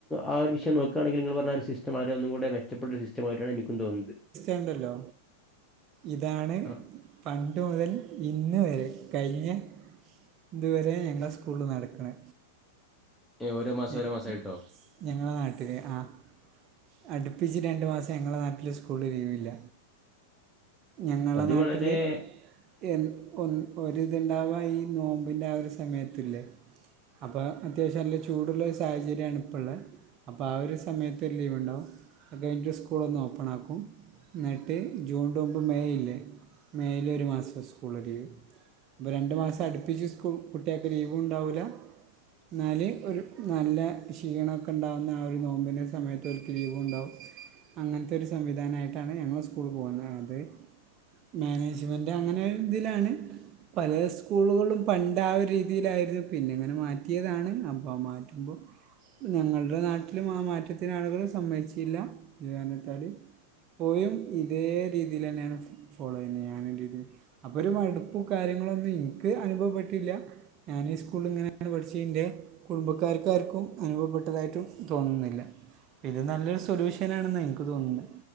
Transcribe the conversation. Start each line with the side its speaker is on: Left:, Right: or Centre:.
Centre: ആ ഒരു വിഷയം നോക്കാണെങ്കിൽ ങ്ങള് പറഞ്ഞാ ഒരു സിസ്റ്റം വളരെ ഒന്നും കൂടെ മെച്ചപ്പെട്ട ഒരു സിസ്റ്റമായിട്ടാണ് എനിക്കും തോന്നുന്നത്
Right: എന്തല്ലോ ഇതാണ്
Centre: ആ.
Right: പണ്ട് മുതൽ ഇന്ന് വരെ കഴിഞ്ഞ ഇതുവരെ ഞങ്ങളെ സ്കൂളില് നടക്ക്ണേ
Centre: ഏഹ് ഓരോ മാസം
Right: ഞ
Centre: ഓരോ മാസായിട്ടോ?
Right: ഞങ്ങളെ നാട്ടില് ആഹ് അടുപ്പിച്ച് രണ്ട് മാസ ഞങ്ങളെ നാട്ടില് സ്കൂളില് ലീവില്ല ഞങ്ങളെ
Centre: അത്
Right: നാട്ടില്
Centre: വളരെ
Right: എ ഒ ഒരിത്ണ്ടാവാ ഈ നോമ്പിൻ്റെ ആ ഒരു സമയത്തില്ലേ അപ്പാ അത്യാവശ്യം നല്ല ചൂടുള്ളൊരു സാഹചര്യാണ് ഇപ്പള്ള അപ്പ ആ ഒരു സമയത്ത് ലീവ് ഉണ്ടാവും, അതുകഴിഞ്ഞിട്ട് സ്കൂളൊന്ന് ഓപ്പൺ ആക്കും ന്നിട്ട് ജൂൺന് മുമ്പ് മേയ് ഇല്ലേ മേയില് ഒരു മാസം സ്കൂള് ലീവ് അപ്പ രണ്ട് മാസം അടുപ്പിച്ച് സ്കൂ കുട്ട്യേക്ക് ലീവുംണ്ടാവുല്ല ന്നാല് ഒരു നല്ല ക്ഷീണക്കെ ണ്ടാവുന്ന ആ ഒരു നോമ്പിൻ്റെ സമയത്ത് ഓർക്ക് ലീവും ഉണ്ടാവും അങ്ങനത്തൊരു സംവിധാനായിട്ടാണ് ഞങ്ങള് സ്കൂള് പോവുന്നത്ത് മാനേജ്മെൻറ് അങ്ങനെ ഒരു ഇതിലാണ് പലേ സ്കൂളുകളും പണ്ട് ആ രീതിയിലായിരുന്നു പിന്നെ ഇങ്ങനെ മാറ്റിയതാണ് അപ്പോ മാറ്റുമ്പോ ഞങ്ങളുടെ നാട്ടിലും ആ മാറ്റത്തിന് ആളുകള് സമ്മയ്ച്ചില്ല ഇ കാരണത്താല് പോയും ഇതേ രീതിലെന്നാണ് ഫോളോ ചെയ്യുന്നത് ഞാന് <unintelligible> അപ്പൊരു മടുപ്പും കാര്യങ്ങളൊന്നും ഇൻക്ക് അനുഭവപ്പെട്ടില്ല ഞാന് ഈ സ്കൂള് ഇങ്ങനെയാണ് പഠിച്ചന്റെ കുടുംബക്കാർക്കാർക്കും അനുഭവപ്പെട്ടതായിട്ടും തോന്നുന്നില്ല ഇത് നല്ലൊരു സൊലൂഷ്യ ഷനാണെന്നാ ഇനിക്ക് തോന്നുന്നേ